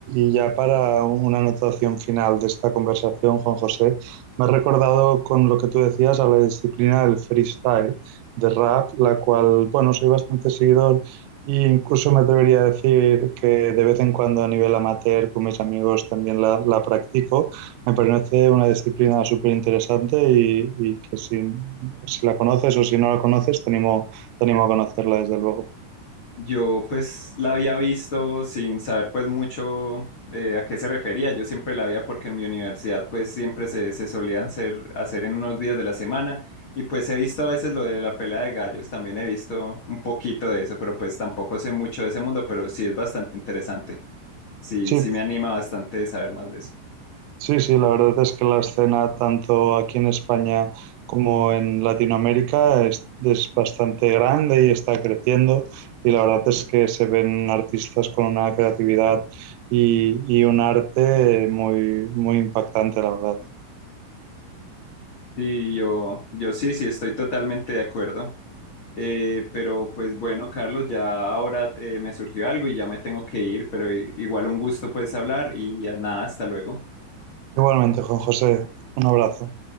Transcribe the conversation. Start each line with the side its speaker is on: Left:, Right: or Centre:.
Right: y ya para una anotación final de esta conversación, Juan José, me he recordado con lo que tú decías a la disciplina del freestyle, de rap, la cual, bueno, soy bastante seguidor e incluso me atrevería a decir que de vez en cuando a nivel amateur con mis amigos también la, la practico. Me parece una disciplina súper interesante y, y que si, si la conoces o si no la conoces, te animo, te animo a conocerla, desde luego.
Left: Yo pues la había visto sin saber pues mucho eh, a qué se refería. Yo siempre la veía porque en mi universidad pues siempre se, se solían hacer, hacer en unos días de la semana y pues he visto a veces lo de la pelea de gallos, también he visto un poquito de eso, pero pues tampoco sé mucho de ese mundo, pero sí es bastante interesante. Sí,
Right: Sí,
Left: sí me anima bastante saber más de eso.
Right: Sí, sí, la verdad es que la escena tanto aquí en España como en Latinoamérica es, es bastante grande y está creciendo y la verdad es que se ven artistas con una creatividad y, y un arte muy, muy impactante, la verdad.
Left: Y yo, yo sí, sí estoy totalmente de acuerdo. Eh, pero pues bueno, Carlos, ya ahora eh, me surgió algo y ya me tengo que ir, pero i- igual un gusto pues hablar y ya nada, hasta luego.
Right: Igualmente, Juan José, un abrazo.